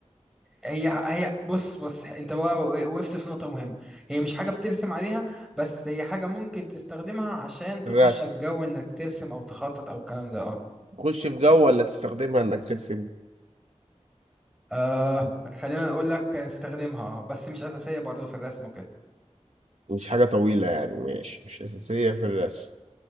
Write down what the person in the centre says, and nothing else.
هي هي بص بص انت بقى وقفت في نقطة مهمة هي مش حاجة بترسم عليها بس هي حاجة ممكن تستخدمها عشان تخش
في جو انك ترسم او تخطط او الكلام ده اه
آه خلينا نقول لك استخدمها اه بس مش أساسية برضه في الرسم وكده